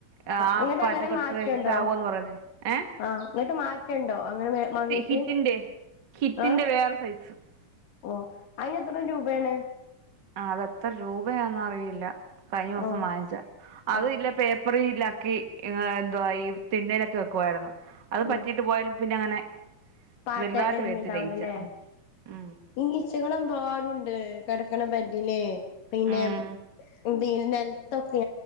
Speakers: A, on the right; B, on the left.
A: ആ ആ
B: അങ്ങട്ട്
A: പാറ്റ
B: അങ്ങനെ മാറ്റണ്ടോ
A: ക്ളീൻസ് ആവോന്ന് പറയുന് ഏഹ്
B: ആഹ് എന്ന ട്ട് മാറ്റണ്ടോ അങ്ങനെ മാങ്ങിട്ട്
A: ഹിറ്റിന്റെ ഹിറ്റിന്റെ
B: ആ.
A: വേറെ സൈസ്
B: ഓ അയിന് എത്ര രൂബേണ്
A: അതെത്ര രൂപയാന് അറിയില്ല കഴിഞ്ഞ ഒസം
B: ഓഹ്
A: വാങ്ങിച്ച അത
B: ഓഹ്
A: ഇല്ല പേ പ്പറിലാക്കി എന്തുവാ ഈ പിന്നിലൊക്കെ വെക്കുവായിരുന്നു. അത്
B: ഉം
A: പറ്റിയിട്ട് പോയാലും പിന്നെ അങ്ങനെ
B: പാറ്റ
A: വലുതായിട്ട്
B: വെര്ന്
A: വരത്തില്ല
B: ണ്ടാവൂലല്ലേ
A: ഈച്ച ഉം ഉം
B: ഇങ്ങീച്ചകളെമ്പാടുണ്ട് കെടക്ണ ബെഡില് പിന്നെ
A: ഉം
B: പിന്നെ നെലത്തൊക്കെ